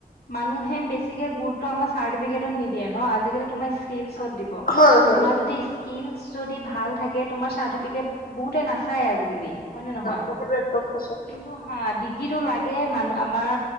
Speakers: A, on the left; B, on the left.
A: মানুহে বেছিকে গুৰুত্ব আমাৰ চাৰ্টিফিকেটত নিদিয়ে আজি কালি তোমাৰ ইস্কিলচত দিব।
B: হয় হয়
A: তোমাৰ যদি ইস্কিলচ যদি ভাল থাকে তোমাৰ চাৰ্টিফিকেট বহুতে নাচায় আজিকালি হয় নে নহয়
B: কথাটো একদম সঁচা
A: কিন্তু ডিগ্ৰীটো লাগে মানুহ আমাৰ